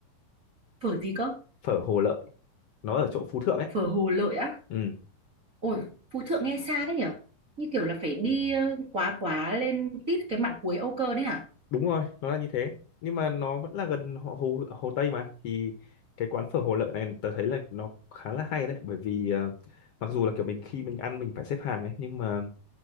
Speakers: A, on the right; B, on the left.
A: phở gì cơ
B: Phở Hồ Lợi, nó ở chỗ Phú Thượng ấy.
A: phở Hồ Lợi á
B: Ừ,
A: Ôi, Phú Thượng nghe xa đấy nhở? Như kiểu là phải đi ờ, quá quá lên tít cái mạn cuối Âu Cơ đấy hả?
B: đúng rồi, nó là như thế. Nhưng mà nó vẫn là gần Hồ Hồ, Hồ Tây mà thì cái quán phở Hồ Lợi này tớ thấy là nó khá là hay đấy bởi vì ờ, mặc dù là kiểu mình khi mình ăn mình phải xếp hàng ấy nhưng mà